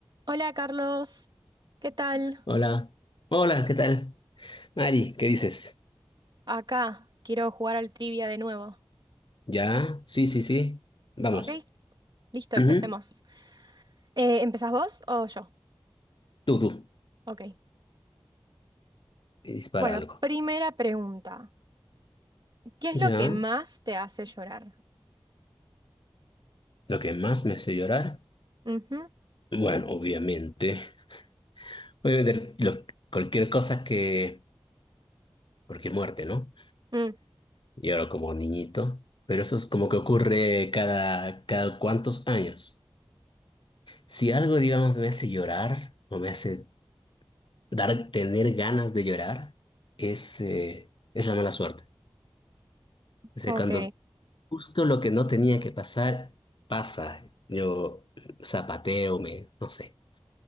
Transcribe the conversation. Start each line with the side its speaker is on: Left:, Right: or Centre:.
Right: Hola Carlos, ¿qué tal?
Left: Hola, hola, ¿qué tal? Mari, ¿qué dices?
Right: Acá quiero jugar al trivia de nuevo.
Left: ¿Ya? Sí, sí, sí. Vamos.
Right: ¿Ok? Listo, empecemos.
Left: Ujú.
Right: Eh, ¿empezás vos o yo?
Left: Tú, tú.
Right: Ok.
Left: Y Dispara
Right: Bueno,
Left: algo.
Right: primera pregunta. ¿Qué es
Left: ¿Ya?
Right: lo que más te hace llorar?
Left: ¿Lo que más me hace llorar?
Right: Ujú,
Left: Bueno, obviamente. Obviamente, lo- cualquier cosa que... Cualquier muerte, ¿no?
Right: mm,
Left: Lloro como niñito. Pero eso es como que ocurre cada, cada cuantos años. Si algo, digamos, me hace llorar o me hace dar, tener ganas de llorar, es, eh, es la mala suerte. O sea,
Right: ok,
Left: cuando Justo lo que no tenía que pasar, pasa. Yo zapateo, me, no sé,